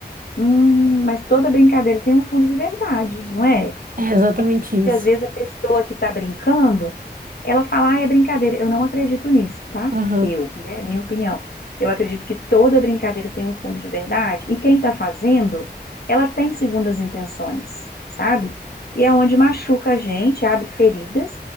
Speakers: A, on the left; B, on the right.
A: Hum, mas toda brincadeira tem um fundo de verdade, não é?
B: É exatamente isso.
A: às vezes a pessoa que está brincando, ela fala, ah, é brincadeira. Eu não acredito nisso, tá?
B: Aham,
A: Eu, né? É Minha opinião. Eu acredito que toda brincadeira tem um fundo de verdade e quem está fazendo, ela tem segundas intenções, sabe? E é onde machuca a gente, abre feridas